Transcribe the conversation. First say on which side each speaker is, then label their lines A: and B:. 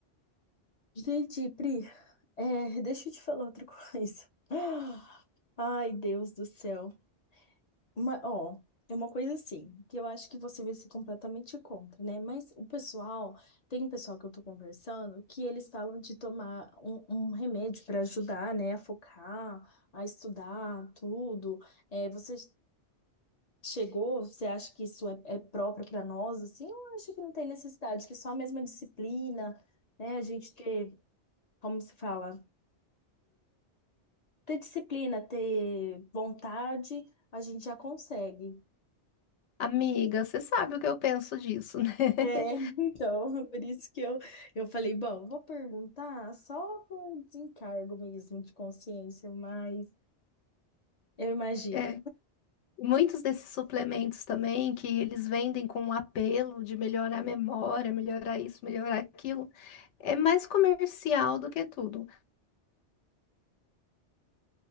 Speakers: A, on the left; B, on the left.
A: Entendi, Pri. É, deixa eu te falar outra <laughs> coisa. <sighs> Ai, Deus do céu. Uma, ó, é uma coisa assim, que eu acho que você vai ser completamente contra, né? Mas o pessoal, tem um pessoal que eu tô conversando, que eles falam de tomar um, um remédio para ajudar, né, a focar, a estudar, tudo. É, você chegou, você acha que isso é, é próprio para nós, assim? Eu acho que não tem necessidade, que é só a mesma disciplina, né? A gente ter, como se fala, ter disciplina, ter vontade, a gente já consegue.
B: Amiga, você sabe o que eu penso disso, né?
A: É,
B: <laughs>
A: então, <laughs> por isso que eu, eu falei, bom, vou perguntar só por desencargo mesmo de consciência, mas eu imagino.
B: É, muitos desses suplementos também que eles vendem com um apelo de melhorar a memória, melhorar isso, melhorar aquilo, é mais comercial do que tudo.